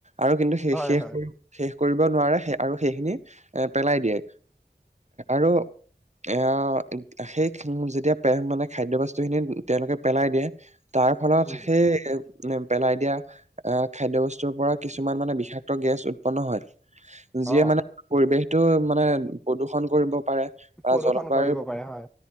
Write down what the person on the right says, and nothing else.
আৰু কিন্তু সেই
শেষ
শেষ কৰিব নোৱাৰে আৰু সেইখিনি এ পেলাই দিয়ে আৰু এ সেই যেতিয়া মানে খাদ্য বস্তু খিনি তেওঁলোকে পেলাই দিয়ে তাৰ ফলত
সেই পেলাই দিয়া আহ খাদ্য বস্তুৰ পৰা কিছুমান মানে বিষাক্ত গেছ উৎপন্ন হয়।
যিয়ে মানে পৰিৱেশটো মানে প্ৰদূষন কৰিব পাৰে। বা
জলবায়ুৰ